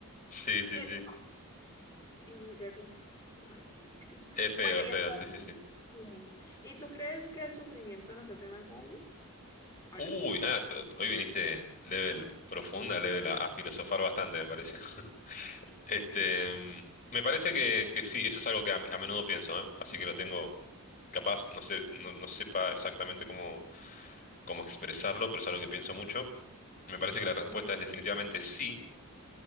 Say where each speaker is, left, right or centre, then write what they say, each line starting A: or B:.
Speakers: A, on the left; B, on the left.
A: Sí, sí,
B: Y él,
A: sí.
B: no. Y se quedó como, oh my God. <laughs>
A: Es feo,
B: Bueno,
A: es
B: y
A: feo,
B: hasta-
A: sí, sí, sí.
B: sí. ¿Y tú crees que el sufrimiento nos hace más sabios? ¿O
A: Uy,
B: no?
A: ah, pero hoy viniste level profunda, level a, a filosofar bastante, me parece. <laughs> Este, mm, me parece que, que sí, eso es algo que a, a menudo pienso, ¿eh? Así que lo tengo capaz, no sé, no, no sepa exactamente cómo, cómo expresarlo, pero es algo que pienso mucho. Me parece que la respuesta
B: Ujú.
A: es definitivamente sí,